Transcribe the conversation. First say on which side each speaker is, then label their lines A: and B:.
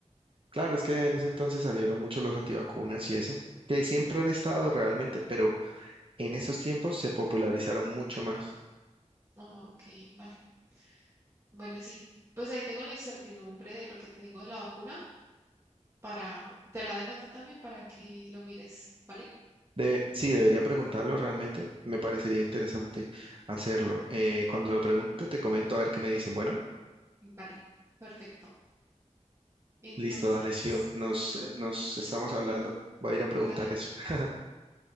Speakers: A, on the right; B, on the right.
A: Claro, es que en ese entonces salieron mucho los antivacunas y eso, que siempre han estado realmente, pero en esos tiempos se popularizaron mucho más.
B: Ah, ok, vale. Bueno, sí, pues ahí tengo la incertidumbre de lo que te digo de la vacuna para, te la dejo a ti también para que lo mires, ¿vale?
A: Debe- sí, debería preguntarlo realmente. Me parecería interesante hacerlo. Eh, cuando lo pregunte, te comento a ver qué me dicen. Bueno,
B: Vale, perfecto. Entonces,
A: listo, dale, sí, nos, eh, nos estamos hablando. Voy a ir a preguntar
B: vale.
A: eso. <laughs>